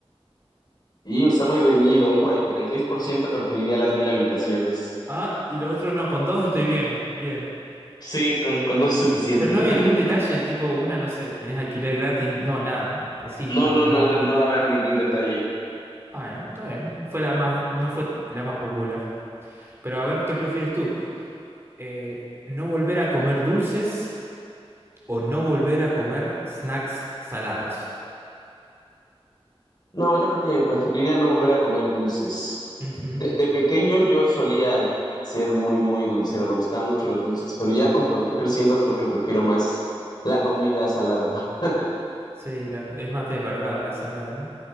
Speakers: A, on the left; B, on the right.
A: Y está muy reñido. Un 46% preferiría las mil habitaciones.
B: Ah, y los otros no, con dos estoy bien, bien.
A: Sí, con, con dos es suficiente.
B: Pero no había
A: <laughs>
B: ningún detalle, tipo una, no sé, tenés alquiler gratis, no, nada, así
A: No,
B: como
A: no,
B: viene.
A: no, no daba ningún detalle.
B: Bueno, está bien, fue la más, no fue la más popular. Pero a ver, ¿qué prefieres tú? Eh, ¿no volver a comer dulces o no volver a comer snacks salados?
A: No, yo creo que preferiría no volver a comer dulces.
B: Ujú.
A: De, de pequeño yo solía ser muy, muy dulcero, me gustaban mucho los dulces, pero ya conforme fui creciendo creo que prefiero más la comida salada, ¿no?
B: Sí, la- es más de verdad la salada, ¿no?